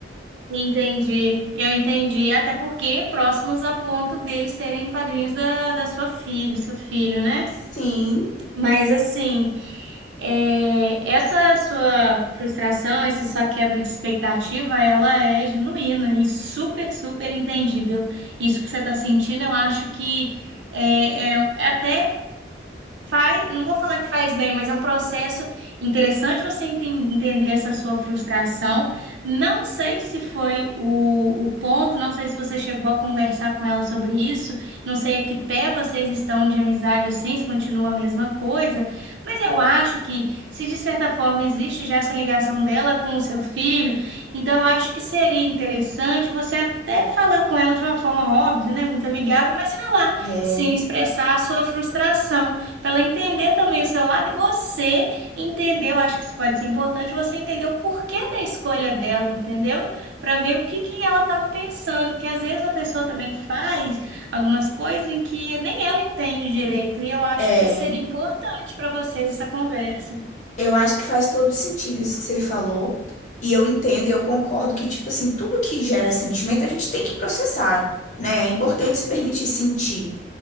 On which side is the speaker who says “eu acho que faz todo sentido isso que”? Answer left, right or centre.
Left